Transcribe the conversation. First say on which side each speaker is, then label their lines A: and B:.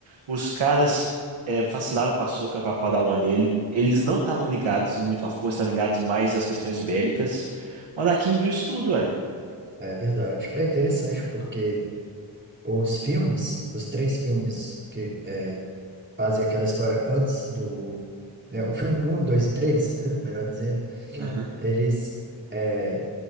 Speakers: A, on the right; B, on the right.
A: os caras é, vacilaram com a Ahsoka, com a Padawan dele, eles não estavam ligados muito à força, estavam ligados mais às questões bélicas. O Anakin viu isso tudo, ué.
B: É verdade. É interessante porque os filmes, os três filmes que fazem aquela história antes do. né, o filme um 2 e 3 <laughs> melhor dizendo,
A: Uhum.
B: eles. é,